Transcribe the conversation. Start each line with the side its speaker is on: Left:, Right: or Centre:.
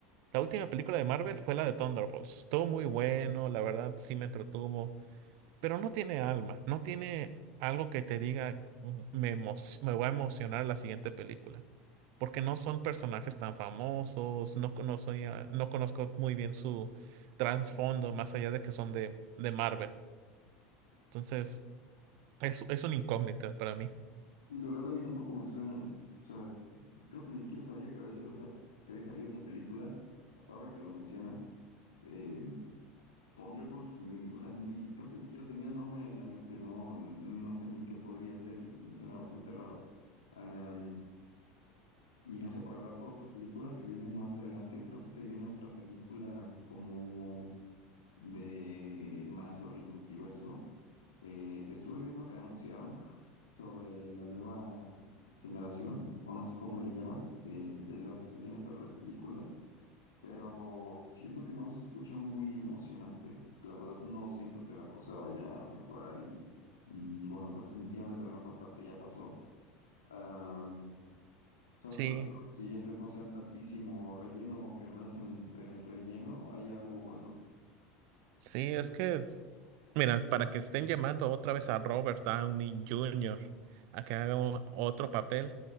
Right: la última película de Marvel fue la de Thunderbolts. Estuvo muy bueno, la verdad sí me entretuvo, pero no tiene alma, no tiene algo que te diga, "Mm, me, emo- me voy a emocionar la siguiente película. Porque no son personajes tan famosos, no, conozco no conozco muy bien su trasfondo, más allá de que son de, de Marvel. Entonces, es, es una incógnita para mí.
Left: Y la verdad a mí tampoco me suenan. O sea, creo que ni siquiera sabía que había, salido esa- que había salido esa película hasta ahora que lo mencionas. Eh, Thunderbolts, ni, o sea, ni, creo que ni siquiera tenía el nombre en la mente. No, no sé ni en qué podría ser y, y me suena bastante raro. Am, y no sé, para hablar por otras películas que vienen más adelante, creo que se viene otra película como de más sobre el multiverso. Eh, estuve viendo que anunciaron sobre la nueva generación, o no sé cómo le llaman, de, de lo que se viene para las películas, pero siento que no se escucha muy emocionante. La verdad no siento que la cosa vaya a mejorar y, y bueno, pues definitivamente la mejor parte ya pasó. Am, solo
Right: Sí.
Left: espero que los siguientes no sean tantísimo relleno o que al menos entre el relleno haya algo bueno.
Right: Sí, es que, mira, para que estén llamando otra vez a Robert Downey Jr. a que haga un- otro papel,